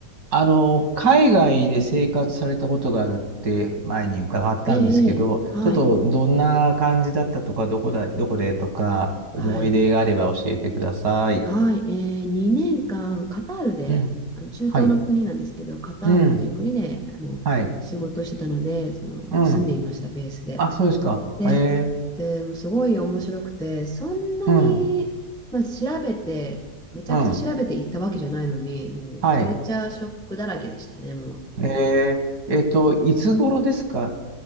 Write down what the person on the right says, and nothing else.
あの、海外で生活されたことがあるって前に伺ったんですけど、
ちょっとどんな感じだったとか、どこだ、どこでとか、思い出があれば教えてください。
うん。
はい。
うん。
はい。
うん。
あ、そうですか。
えー、
うん。
うん。
はい。
えー、えっと、いつ頃ですか